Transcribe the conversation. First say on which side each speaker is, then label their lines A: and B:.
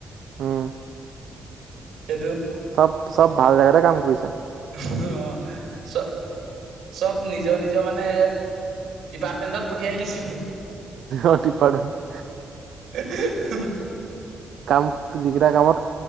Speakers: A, on the right; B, on the right.
A: উম।
B: সেইটো।
A: চব, চব ভাল জেগাতে কাম কৰিছে।
B: অ', চ চব নিজৰ, নিজৰ মানে, ডিপাৰ্টমেন্টত পঠিয়াই দিছো।
A: অ', ডিপাৰ্টমেন্ট।
B: <unintelligible>
A: কাম, যিকেইটা কামত